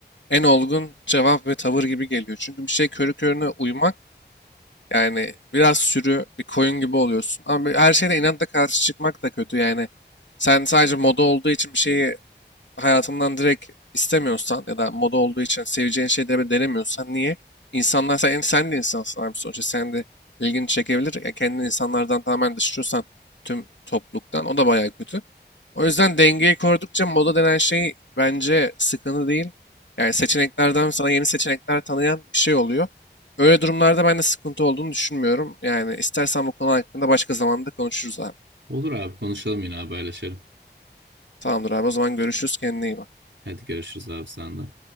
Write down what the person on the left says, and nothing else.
en olgun cevap ve tavır gibi geliyor. Çünkü bir şey körü körüne uymak yani biraz sürü bir koyun gibi oluyorsun. Ama bir- her şeyde inatla karşı çıkmak da kötü yani. Sen sadece moda olduğu için bir şeyi hayatından direkt istemiyorsan ya da moda olduğu için seveceğin şeyleri bile denemiyorsan niye? İnsanlar sen, sen de insansın abi sonuçta. Sen de ilgini çekebilir. Ya kendini insanlardan tamamen dışlıyorsan tüm topluluktan o da bayağı kötü. O yüzden dengeyi korudukça moda denen şey bence sıkıntı değil. Yani seçeneklerden sana yeni seçenekler tanıyan bir şey oluyor. Öyle durumlarda ben de sıkıntı olduğunu düşünmüyorum. Yani istersen bu konu hakkında başka zamanda konuşuruz abi.
Tamamdır abi o zaman görüşürüz kendine iyi bak.